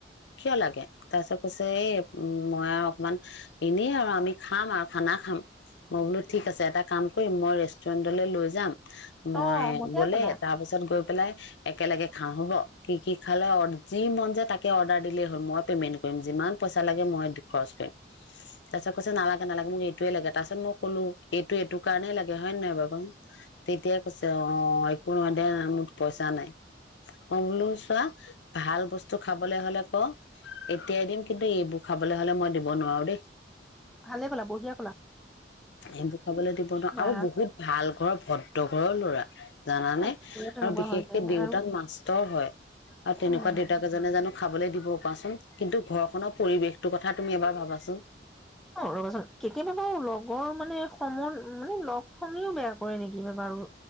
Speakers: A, on the left; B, in the centre.
A: কিয় লাগে তাপিছত কৈছে এই উ মই আও অকমান এনে আৰু আমি খাম আও খানা খাম। মই বোলো ঠিক আছে এটা কাম কইম মই ৰেষ্টুৰেন্টলৈ লৈ যাম মই
B: অ', বঢ়িয়া
A: গলে
B: ক'লা
A: তাৰ পিছত গৈ পেলাই একেলগে খাওঁ হ'ব কি কি খালে অ যি মন য তাকে অৰ্ডাৰ দিলেই হ'ল মই পেমেন্ট কইম যিমান পইচা লাগে মই দি খৰচ কৰিম তা‌ পিছত কৈছে নালাগে নালাগে মোক এ হেটোৱে লাগে তা পিছত মই কলো এইটো এইটো কাৰণে লাগে হয় নে নহয় বাও। তেতিয়া কৈছে অ একো নহয় দে না মোক পইচা নাই অ বোলো চোৱা ভাল বস্তু খাবলৈ হলে ক এতিয়াই দিম কিন্তু এইবোৰ খাবলৈ হলে মই দিব নোৱাৰো দেই
B: ভালে ক'লা বহিয়া
A: হেবো খাবলৈ দিব নোৱাও
B: বা
A: আও বহুত ভাল ঘৰ ভদ তগৰৰ ল'ৰা জানানে
B: মোৰো তেনেকুৱা
A: আৰু বিশেষকে
B: হৈ যায়
A: দেউতাক
B: আৰু
A: মাষ্টৰ হয় আৰু তেনেকুৱা
B: অ', মা।
A: দেউতাক এজনে জানো খাবলৈ দিব কোৱাচোন? কিন্তু ঘৰখনৰ পৰিৱেশটো কথা তুমি এবাৰ ভাবাচোন।
B: অ', ৰ'বাচোন কেতিয়া <unintelligible> লগৰ মানে সময় মানে লগ সঙেয়ো বেয়া কৰে নেকি বা বাৰু?